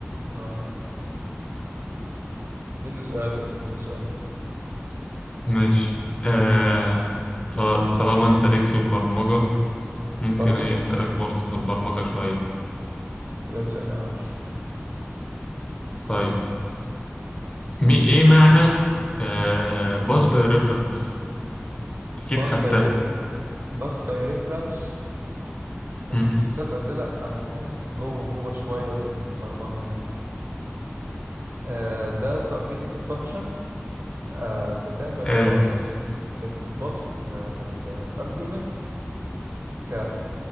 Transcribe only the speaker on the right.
اه اه. اديني سؤال بس اديني سؤال
برضه
اسال يا عم.
باس
باي ريف باس باي ريفرنس بس
انت بتسال في اسئله يعني فاهم جوه جوه شويه في ال- في البرمجه يعني آه، ده اصلا بتيجي تكتب فانكشن آه بتعمل
باص بت- بتباصي الارجيومنت ك